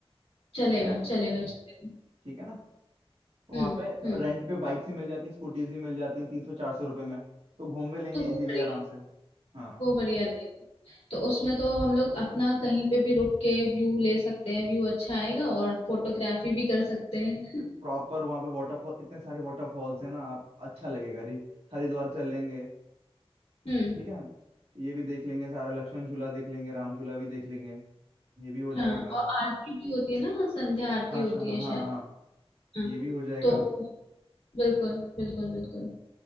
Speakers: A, on the left (about 85°); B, on the right (about 70°).
A: चलेगा
B: क्या बोल
A: चलेगा चलेगा
B: ठीक है ना वहां
A: हम्म
B: पे
A: हम्म
B: रेंट पे बाइक्स ही मिल जाती हैं स्कूटीज ही मिल जाती हैं तीन सौ चार सौ रुपये में तो घूम भी लेंगे
A: तो वो
B: इजीली
A: बढ़िया
B: आराम से हाँ
A: वो बढ़िया रहेगा तो उसमें तो हम लोग अपना कहीं पे भी रुक के व्यू ले सकते हैं व्यू अच्छा आएगा और फोटोग्राफी भी कर सकते हैं
B: प्रॉपर वहां पे वाटरफॉल इतने सारे वाटरफॉल्स हैं ना आप अच्छा लगेगा रि- हरिद्वार चल लेंगे
A: हम्म
B: ठीक है ये भी देख लेंगे सारा लक्ष्मण झूला देख लेंगे राम झूला भी देख लेंगे ये भी हो जाएगा
A: हाँ
B: काम
A: और आरती भी होती है ना संध्या आरती
B: हाँ
A: होती
B: शाह हाँ
A: है शायद
B: हाँ हाँ
A: हाँ
B: ये भी हो जाएगा
A: तो वो- बिल्कुल बिल्कुल बिल्कुल